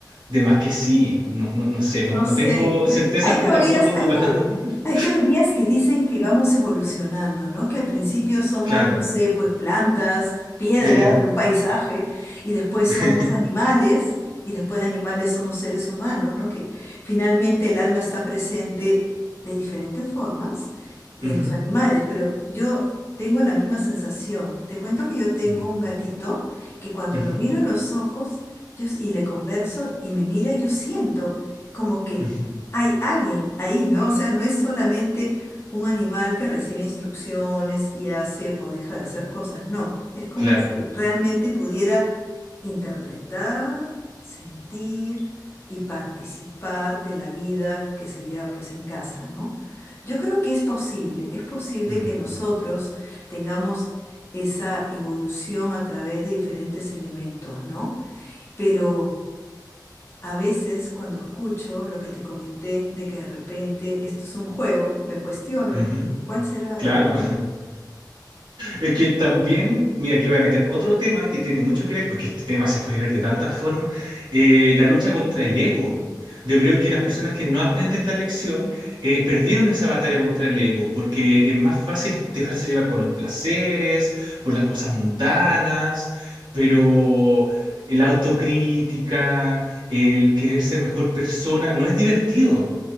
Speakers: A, on the right; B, on the left.
A: De más que sí, no, no, no sé, no,
B: No
A: no
B: sé,
A: tengo
B: yo,
A: certezas,
B: hay
A: pero
B: teorías,
A: tampoco dudas.
B: hay teo-
A: <laughs>
B: hay teorías que dicen que vamos evolucionando, ¿no? Que al principio somos,
A: Claro.
B: no sé, pues plantas, piedras
A: Eh.
B: de un paisaje, y después
A: <laughs>
B: somos animales, y después de animales somos seres humanos, ¿no? Que finalmente el alma está presente de diferentes formas en
A: Ujú,
B: los animales, pero yo tengo la misma sensación. Te cuento que yo tengo
A: mm,
B: un gatito que cuando
A: ujú,
B: lo miro a los ojos yo- y le converso y me mira, yo siento como que
A: ujú,
B: hay alguien ahí, ¿no? O sea, no es solamente un animal que recibe instrucciones y hace o deja de hacer cosas, no, es como
A: Claro.
B: si realmente pudiera interpretar, sentir y participar de la vida que se lleva pues en casa, ¿no? Yo creo que es posible, es posible
A: mm,
B: que nosotros tengamos esa evolución a través de diferentes elementos, ¿no? Pero... A veces cuando escucho lo que te comenté de que de repente esto es un juego, me cuestiono,
A: ujú,
B: ¿y cuál será la
A: Claro.
B: verdad?
A: Es que también, mira, aquí voy a meter otro tema que tiene mucho que ver, porque este tema se puede ver de tantas formas, eh, la lucha contra el ego. Yo creo que las personas que no aprenden la lección eh, perdieron esa batalla contra el ego, porque es más fácil dejarse llevar por los placeres, por las cosas mundanas, pero la autocrítica, el querer ser mejor persona, no es divertido.